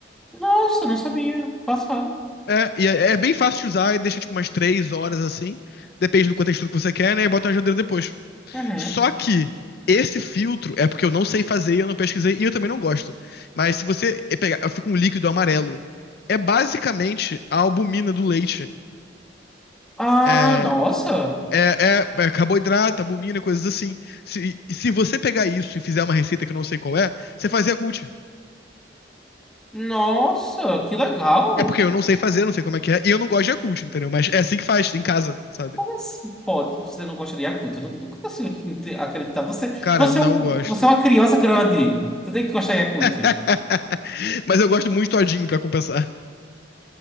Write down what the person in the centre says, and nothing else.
Nossa, não sabia. Passado.
Uhum.
Ah,
nossa.
Nossa, que legal.
Como assim? Pode, você não gosta de Yakult? Eu não, não consigo acredi- acreditar. Você,
você
é um,
você é uma criança grande. Você tem que gostar de Yakult.